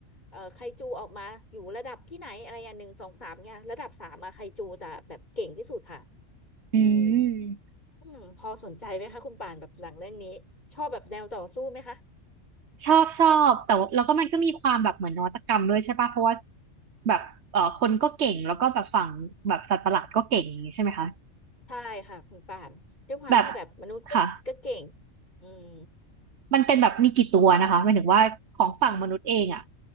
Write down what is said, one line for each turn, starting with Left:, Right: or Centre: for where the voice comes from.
Left: เอ่อไคจูออกมาอยู่ระดับที่ไหนอะไรอย่างหนึ่งสองสามเนี่ยระดับสามอะไคจูจะแบบเก่งที่สุดค่ะ
Right: อื
Left: อืม
Right: ม
Left: อืมพอสนใจไหมคะคุณป่านแบบหนังเรื่องนี้ชอบแบบแนวต่อสู้ไหมคะ
Right: ชอบชอบแต่ว่าแล้วก็มันก็มีความแบบเหมือนนวัตกรรมด้วยใช่ป่ะเพราะว่าแบบเอ่อคนก็เก่งแล้วก็แบบฝั่งแบบสัตว์ประหลาดก็เก่งอย่างงี้ใช่ไหมคะ
Left: ใช่ค่ะคุณป่านด้วยความที่แบบมนุษย์ก็เก่ง
Right: แบบค่ะ
Left: อืม
Right: มันเป็นแบบมีกี่ตัวนะคะหมายถึงว่าของฝั่งมนุษย์เองอ่ะ